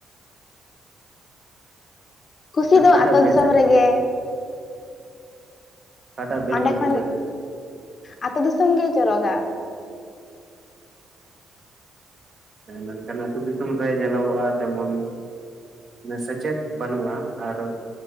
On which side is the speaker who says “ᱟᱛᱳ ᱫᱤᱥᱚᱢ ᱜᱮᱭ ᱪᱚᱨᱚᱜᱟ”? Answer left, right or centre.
Left